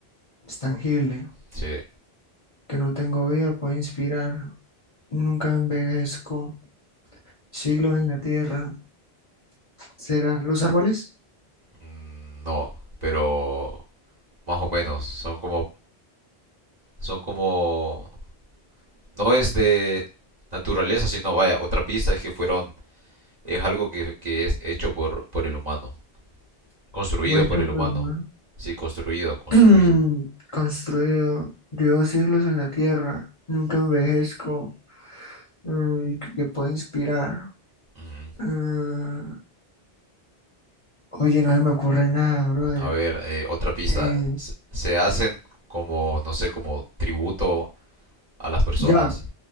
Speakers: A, on the left; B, on the right.
A: Es tangible.
B: Sí,
A: Que no tengo vida, puede inspirar. Nunca envejezco. Siglos en la tierra. ¿Serán los árboles?
B: mm, no, pero más o menos son como son como no es de naturaleza, sino vaya, otra pista es que fueron es algo que, que es hecho por por el humano, construido
A: Algo hecho
B: por el
A: por
B: humano.
A: el humano.
B: Sí, construido, construido.
A: <clears throat> Construido. Llevo siglos en la tierra. Nunca envejezco. Mm, que puede inspirar.
B: Ujú.
A: Ah, oye, no se me ocurre nada, brother.
B: A ver, eh, otra pista.
A: Eh,
B: Se, se hacen como, no sé, como tributo a las personas.
A: ya,